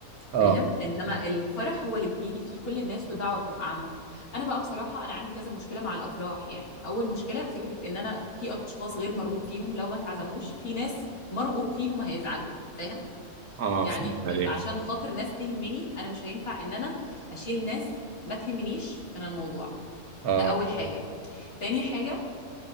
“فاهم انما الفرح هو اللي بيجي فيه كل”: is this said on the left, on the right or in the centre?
Left